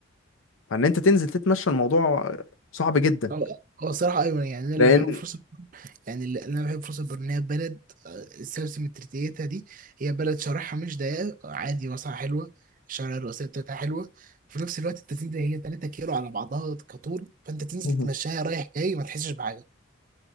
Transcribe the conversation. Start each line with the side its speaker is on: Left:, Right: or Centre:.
Left: فان انت تنزل تتمشى الموضوع صعب جدا
Right: هو هو الصراحة ايوه يعني انا اللي
Left: لان
Right: بحبه في يعني اللي انا بحب فرصه البر ان هي بلد آه، السلسله مترتيتها دي هي بلد شرحها مش ضيقه عادي واسعه حلوه الشوارع الرئيسيه بتاعتها حلوه في نفس الوقت انت تنزل هي 3 كيلو على بعضها كطول فانت تنزل
Left: <laughs>
Right: تمشيها رايح جاي ما تحسش بحاجه